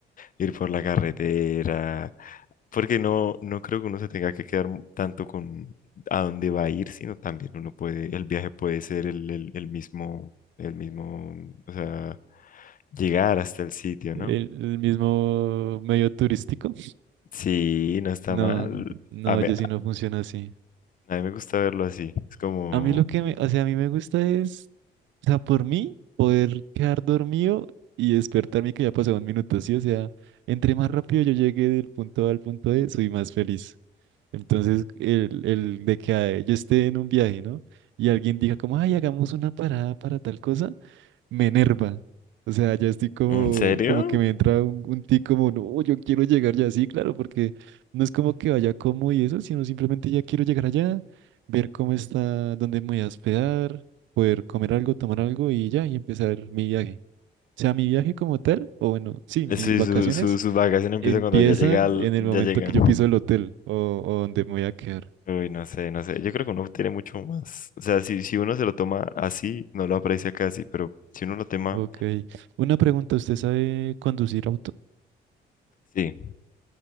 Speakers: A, on the left; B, on the right.
A: ir por la carretera, porque no, no creo que uno se tenga que quedar mu- tanto con a dónde va a ir, sino también uno puede, el viaje puede ser el, el el mismo, el mismo, o sea llegar hasta el sitio, ¿no?
B: El, el mismo medio turístico,
A: Sí, no está
B: no,
A: mal.
B: no,
A: A mí,
B: yo sí no funciona así.
A: a mí me gusta verlo así. Es como,
B: A mí lo que me, o sea, a mí me gusta es, o sea, por mí, poder quedar dormido y despertarme que ya pasó un minuto, sí, o sea, entre más rápido yo llegue del punto A al punto B, soy más feliz. Entonces, el, el de que a- yo esté en un viaje, ¿no? Y alguien diga como, ay, hagamos una parada para tal cosa, me enerva. O sea, ya estoy como,
A: ¿en serio?
B: como que me entra un, un tic como, no, yo quiero llegar ya sí claro, porque no es como que vaya como y eso, sino simplemente ya quiero llegar allá, ver cómo está, dónde me voy a hospedar, poder comer algo, tomar algo y ya, y empezar mi viaje. O sea, mi viaje como tal, o bueno, sí, mis
A: Sí,
B: vacaciones
A: su, su, su vacación empieza
B: Empiezan
A: cuando ya llega, al-
B: en el
A: ya
B: momento
A: llega.
B: que yo piso el hotel o, o donde me voy a quedar.
A: Uy, no sé, no sé. Yo creo que uno tiene mucho más. O sea, si, si uno se lo toma así, no lo aprecia casi, pero si uno lo toma,
B: Ok. Una pregunta, ¿usted sabe conducir auto?
A: sí.